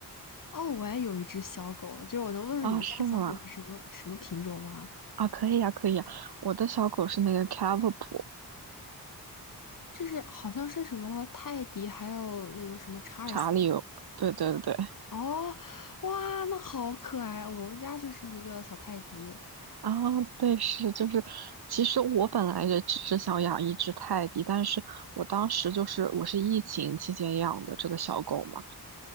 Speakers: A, on the left; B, on the right.
A: 哦，我也有一只小狗，就是我能问问你们家小狗是什么什么品种吗？
B: 啊，是吗？啊，可以呀，可以呀。我的小狗是那个 Cavapoo
A: 就是好像是什么泰迪，还有那个什么查尔斯吗。
B: 查理对对对，
A: 哦，哇，那好可爱！我们家就是一个小泰迪
B: 啊，对，是就是，其实我本来也只是想养一只泰迪，但是我当时就是我是疫情期间养的这个小狗嘛，